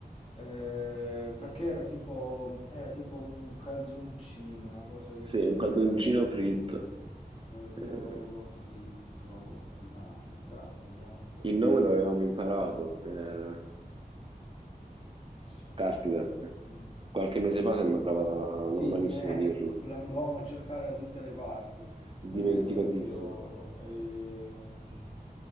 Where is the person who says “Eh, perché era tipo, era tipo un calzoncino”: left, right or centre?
Left